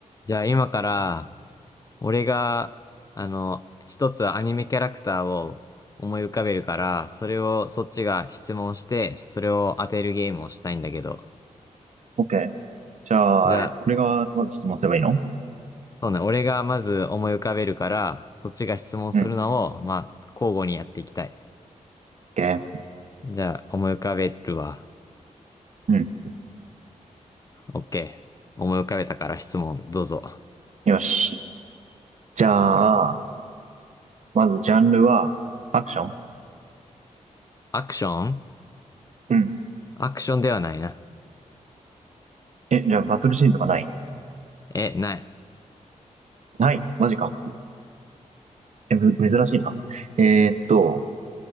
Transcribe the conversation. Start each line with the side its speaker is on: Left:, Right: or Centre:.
Left: じゃあ今から、俺が、あの、一つアニメキャラクターを思い浮かべるから、それをそっちが質問して、それを当てるゲームをしたいんだけど。
Right: OK。じゃあ、
Left: じゃあ、
Right: これがまず質問すればいいの
Left: そうね、俺がまず思い浮かべるから、そっちが質問するのを、
Right: うん。
Left: まあ、交互にやっていきたい。
Right: OK。
Left: じゃあ、思い浮かべるわ。
Right: うん。
Left: オッケー。思い浮かべたから質問、どうぞ。
Right: よし。じゃあ、まずジャンルは、アクション
Left: アクション
Right: うん。
Left: アクションではないな。
Right: え、じゃあバトルシーンとかない
Left: え、ない。
Right: ないマジか。え、む、珍しいな。えーっと、